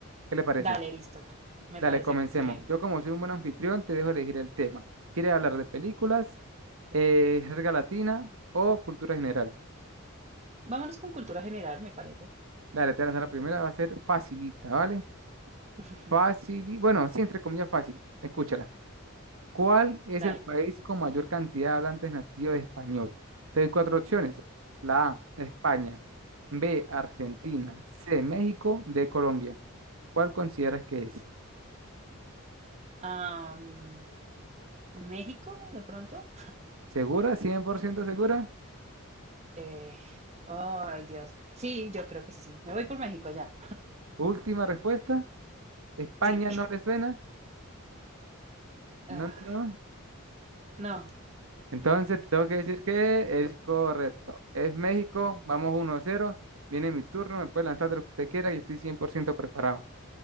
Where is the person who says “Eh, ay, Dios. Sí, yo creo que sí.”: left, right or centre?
Right